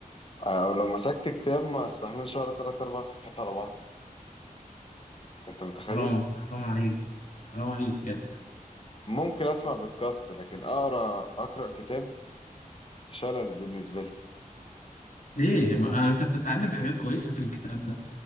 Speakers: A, on the left; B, on the left.
A: آه، او لو مسكت كتاب ما استحملش ولا 3 4 صفحات على بعض انت متخيل
B: حرام حرام عليك حرام عليك بجد
A: ممكن اسمع بودكاست لكن اقرا اقرا كتاب شلل بالنسبة لي
B: ليه ما انت بتتعلم حاجات كويسة في الكتاب ده